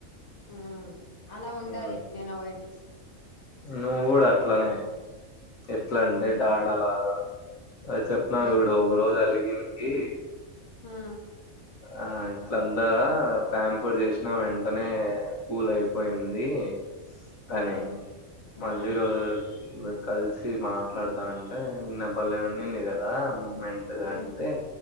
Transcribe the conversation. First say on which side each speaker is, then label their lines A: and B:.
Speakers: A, on the left; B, on the left.
A: ఉ అలా ఉంటది
B: ఉమ్,
A: నేను అవాయిడ్ చేస్తె
B: నువ్వు కూడ అట్లనే ఎట్ల అంటే
A: హ్మ్
B: డాడలాగా అ చెప్పనా
A: ఏ
B: ఎవిడో ఒక రోజు అలిగింది
A: హ
B: ఆ ఇట్ల అంతా ప్యాంపర్ చేసినా వెంటనే కూల్ అయిపోయింది
A: హ్మ్
B: కనీ
A: హ్మ్
B: మళ్ళీ రోజు కలిసి మాట్లాడుతా అంటే నిన్న బలే ఉంన్నింది కదా మూమెంట్ ఎదో
A: హ్మ్
B: అంటే